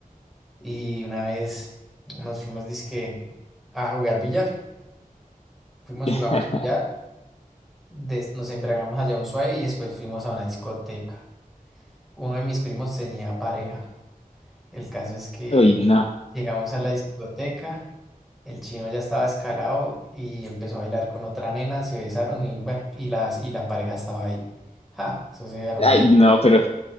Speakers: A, in the centre; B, on the left (about 45°).
A: Y una vez nos fuimos dizque a jugar billar. Fuimos,
B: <laughs>
A: jugamos billar, des- nos embriagamos allá un suave y después fuimos a una discoteca. Uno de mis primos tenía pareja. El caso es que
B: Ay, no,
A: llegamos a la discoteca, el chino ya estaba escalado y empezó a bailar con otra nena, se besaron y bueno, y la, y la pareja estaba ahí. ¡Ja! Eso se hermoso,
B: ay, no, pero,